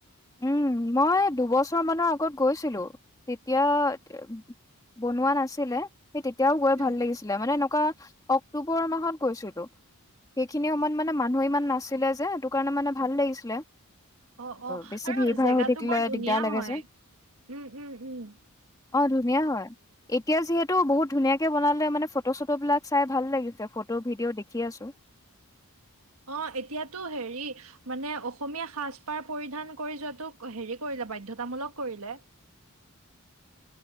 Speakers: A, on the left (about 15°); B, on the right (about 70°).
A: উম, মই দুবছৰ মানৰ আগত গৈছিলোঁ। তেতিয়া বনোৱা নাছিলে। সেই তেতিয়াও গৈ
B: উম,
A: ভাল লাগিছিলে। মানে এনেকুৱা অক্টোবৰ মাহত গৈছিলোঁ। সেইখিনি সময়ত মানে মানুহে ইমান নাছিলে যে, সেইটো কাৰণে মানে ভাল লাগিছিলে।
B: অ অ।
A: বেছি
B: আৰু
A: ভিৰ ভাৰ
B: জেগাটো
A: হৈ থাকিলে
B: বৰ ধুনীয়া
A: দিগদাৰ লাগে
B: হয়।
A: যে
B: উম উম উম।
A: অ ধুনীয়া হয়। এতিয়া যিহেতু বহুত ধুনীয়াকে বনালে মানে ফটো-চটোবিলাক চাই ভাল লাগিছে। ফটো, ভিডিঅ' দেখি আছোঁ।
B: অ এতিয়াতো হেৰি মানে অসমীয়া সাজ-পাৰ পৰিধান কৰি যোৱাতো হেৰি কৰিলে, বাধ্যতামূলক কৰিলে।